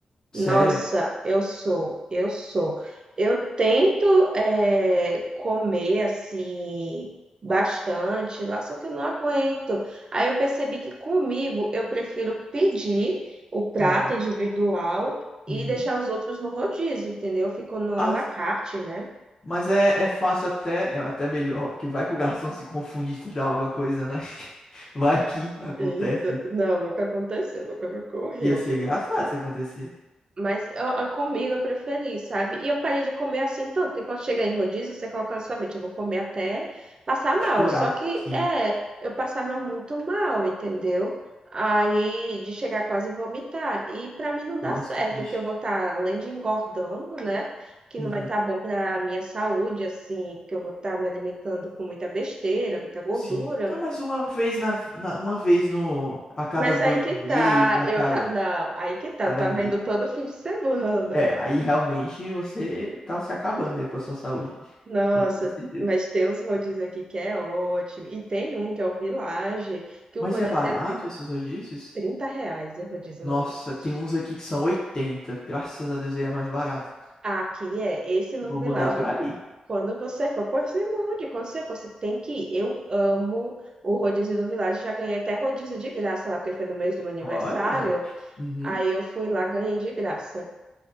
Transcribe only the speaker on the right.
Nossa,
eu sou, eu sou. Eu tento é, comer assim bastante lá, só que eu não aguento. Aí eu percebi que comigo eu prefiro pedir o prato
individual e
deixar os outros no rodízio, entendeu? Fico no
à la carte, né?
Eita, não, nunca aconteceu, nunca me ocorreu.
Mas eu, eu- comigo eu preferi, sabe? E eu parei de comer assim tanto, porque quando chega em rodízio, você coloca na sua mente, eu vou comer até passar mal.
Só que,
é, eu passava muito mal, entendeu? Aí, de chegar quase a vomitar. E pra mim não dá
certo,
porque eu vou estar, além de engordando, né? Que
não vai estar bom pra minha saúde, assim, porque eu vou estar me alimentando com muita besteira, muita gordura.
Mas
aí que tá,
eu
tá, não, aí que tá,
eu tava
indo todo fim de semana.
Nossa,
mas tem uns rodízios aqui que é ótimo. E tem um que é o Village, que
o rodízio
é tri-
30 reais o rodízio
no Village.
Aqui é, esse no
Village,
quando você for, pois se mude, quando você for, você tem que ir. Eu amo o rodízio do Village, já ganhei até rodízio de graça lá, porque foi no mês do meu aniversário,
aí eu fui lá, ganhei de graça.